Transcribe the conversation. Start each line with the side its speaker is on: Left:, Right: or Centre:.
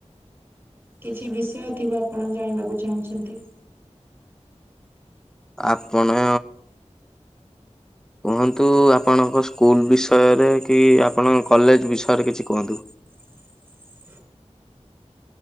Right: କିଛି ବିଷୟ ଥିବ ଆପଣ ଜାଣିବାକୁ ଚାହୁଁଛନ୍ତି?
Centre: ଆପଣ କୁହନ୍ତୁ ଆପଣଙ୍କ ସ୍କୁଲ ବିଷୟରେ କି ଆପଣ କଲେଜ ବିଷୟରେ କିଛି କୁହନ୍ତୁ?
Right: ହ <inaudible>